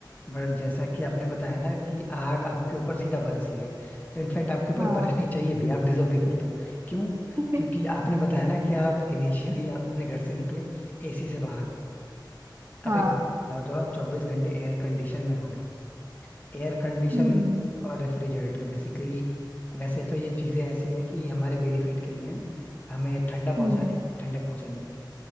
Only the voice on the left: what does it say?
बट जैसा कि आपने बताया ना कि आग आपके ऊपर सीधा बरस रही है तो इनफैक्ट आपके ऊपर
बरसनी चाहिए भी आप डिजर्व भी करते हो क्यों
क्योंकि आपने बताया ना कि आप इनिशियली आप अपने घर से निकले एसी से बाहर
अब एक बात बताओ जब आप चौबीस घंटे एयर कंडीशन में रहोगे एयर कंडीशन
और रेफ्रिजरेटर बेसिकली वैसे तो ये चीज़ें ऐसी है कि हमारे बेनिफिट के लिए हैं, हमें ठंडा पहुंचाने
के लिए ठंडक पहुंचाने के लिए